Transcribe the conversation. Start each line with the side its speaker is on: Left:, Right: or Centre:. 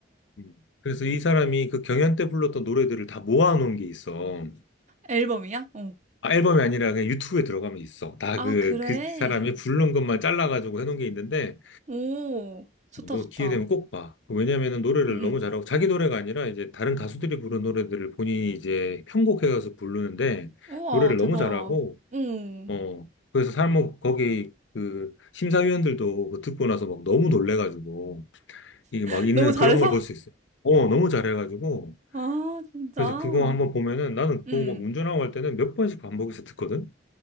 Left: 음. 그래서 이 사람이 그 경연 때 불렀던 노래들을 다 모아놓은 게 있어.
Right: 앨범이야? 어.
Left: 아, 앨범이 아니라 그냥 유튜브에 들어가면 있어. 다
Right: 아,
Left: 그,
Right: 그래.
Left: 그 사람이 부른 것만 잘라가지고 해놓은 게 있는데,
Right: 오. 좋다,
Left: 어, 너
Right: 좋다.
Left: 기회 되면 꼭 봐. 그 왜냐면은 노래를
Right: 음.
Left: 너무
Right: 음.
Left: 잘하고 자기 노래가 아니라 이제 다른 가수들이 부른 노래들을 본인이 이제 편곡해가서 부르는데
Right: 우와,
Left: 노래를
Right: 대박.
Left: 너무 잘하고
Right: 응.
Left: 어 그래서 사람 뭐 거기 그 심사위원들도 그거 듣고 나서 막 너무 놀래가지고 이게
Right: <laughs>
Left: 막 있는
Right: 너무 잘해서?
Left: 그런 걸 볼 수 있어요. 어 너무 잘해가지고
Right: 아, 진짜.
Left: 그래서 그거 한번 보면은 나는 그거
Right: 음.
Left: 막 운전하고 할 때는 몇 번씩 반복해서 듣거든.